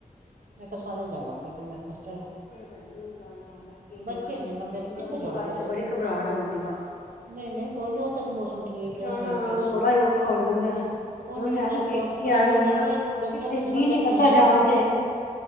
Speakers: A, on the right (about 70°); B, on the left (about 70°).
A: ਮੈਂ ਕਿਹਾ ਸਾਰੇ ਜਾਵਾਂਗੇ ਫੇਰ ਮੈਂ ਕਿਹਾ। ਚਲ
B: ਪੈ ਹੋਈ ਗੱਲ ਪਾਦਾਥ
A: ਬੱਚੇ
B: <inaudible>
A: ਨੇ ਨਾ ਬੈਠੇ ਕਿੱਥੇ
B: ਗਰਮੀ
A: ਜਾਣਾ
B: ਕਰਕੇ
A: ਦੱਸੋ
B: ਬੜੀ ਘਬਰਾਹਟ ਆਉਂਦੀ ਵਾ।
A: ਨਹੀਂ -ਨਹੀਂ ਕੋਈ ਨੀ ਉਥੇ ਤਾਂ ਮੌਸਮ ਠੀਕ
B: ਜਾਣਾ
A: ਹੈ ਕੋ <unintelligible>
B: ਆਣਾ ਬੜਾ ਹੀ ਔਖਾ ਹੋ ਜਾਂਦਾ।
A: ਉਹ
B: ਹੁਣ
A: ਨੀ
B: ਮੈਂ
A: ਉਥੇ
B: ਵੀ ਪੇਕੇ ਆਈ
A: ਅਸੀਂ
B: ਹੋਈ
A: ਗਲੀਆਂ
B: ਹਾਂ, ਕਿੱਥੇ
A: ਚੋਂ ਗਲੀਆਂ ਚੋਂ
B: ਜੀਅ
A: ਨਿਕਲ ਜਾਂਦੇ
B: ਨੀ ਕਰਦਾ
A: ਆਂ।
B: ਜਾਣ ਤੇ।